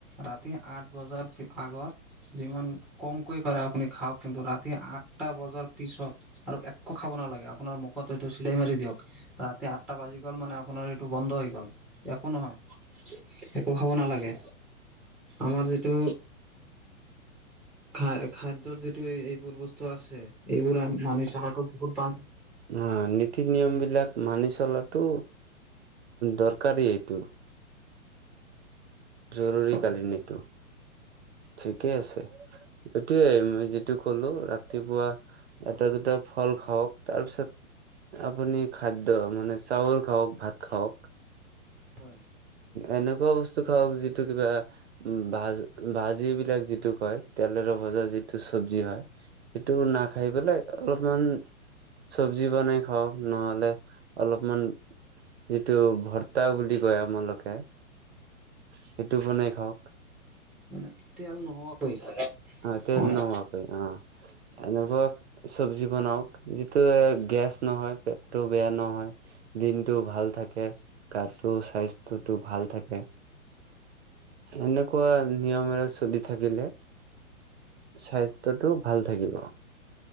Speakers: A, in the centre; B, on the right.
A: ৰাতি আঠ বজাৰ ঠিক আগত যিমান কমকৈ পাৰে আপুনি খাওক কিন্তু ৰাতি আঠটা বজাৰ পিছত আৰু একো খাব নালাগে, আপোনাৰ মুখত এইটো চিলাই মাৰি দিয়ক। ৰাতি আঠটা বাজি গ'ল মানে আপোনাৰ এইটো বন্ধ হৈ গ'ল, একো নহয়, একো খাব নালাগে, আমাৰ যিটো খায় খাদ্যৰ যিটো এইবোৰ বস্তু আছে এইবোৰ মানি চলাটো বহুত ভাল।
B: অ নীতি নিয়ম বিলাক মানি চলাটো দৰকাৰী এইটো। জৰুৰী কালীন এইটো ঠিকেই আছে। এইটোৱেই মই যিটো কলো ৰাতিপুৱা, এটা দুটা ফল খাওক, তাৰপিছত আপুনি খাদ্য মানে চাউল খাওক ভাত খাওক।
A: হয়।
B: এনেকুৱা বস্তু খাওক যিটো কিবা উ ভাজ ভাজি বিলাক যিটো কয় তেলেৰে ভজা যিটো চবজি হয়, সেটো নাখাই পেলাই অলপমান চব্জি বনাই খাওক, নহলে অলপমান যিটো ভৰ্তা বুলি কয় আমালোকে সেইটো বনাই খাওক।
A: মানে তেল নোহোৱাকৈ
B: অ তেল
A: হয়
B: নোহোৱাকৈ অ এনেকুৱা চব্জি বনাওক যিটোৱে গেছ নহয় পেটটো বেয়া নহয়। দিনটো ভাল থাকে, গাটো স্বাস্থ্যটো ভাল থাকে। এনেকুৱা নিয়মেৰে চলি থাকিলে স্বাস্থ্যটো ভাল থাকিব।